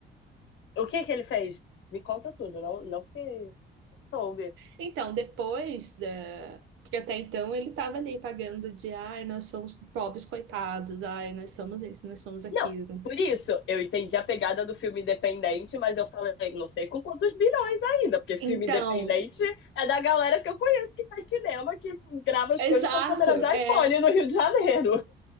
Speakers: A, on the left; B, on the right.
A: O que que ele fez? Me conta tudo, não, não fiquei... soube.
B: Então, depois da. Porque até então ele estava ali pagando de, ai, nós somos pobres coitados, ai, nós somos isso, nós somos aquilo.
A: Não, por isso, eu entendi a pegada do filme independente, mas eu falei, não sei com quantos bilhões ainda, porque filme
B: Então,
A: independente é da galera que eu conheço que faz cinema, que grava as
B: exato,
A: coisas com a câmera de
B: é,
A: iPhone no Rio de Janeiro.